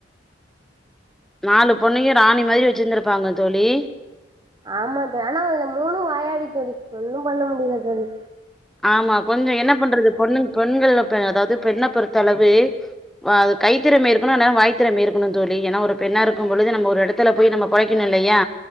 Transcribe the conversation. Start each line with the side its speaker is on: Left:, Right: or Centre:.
Centre: நாலு பொண்ணயு ராணி மாரி வெச்சிருந்திருப்பாங்க தோழி
Right: ஆமா த ஆனா அதுல மூணு வாயாடி தோழி ஒன்னு பண்ண முடியல தோழி
Centre: ஆமா கொஞ்சோ என்ன பண்றது பொண்ணுங் பொண்ணுங்கள்ள ப அதாவது பெண்ண பொறுத்தளவு அது கைத்திறமை இருக்கணு இல்லானா வாய் திறமை இருக்கணு தோழி ஏன்னா ஒரு பெண்ணா இருக்கும் பொழுது நம்ம ஒரு எடத்துல போய் நம்ம பொழைக்கணு இல்லையா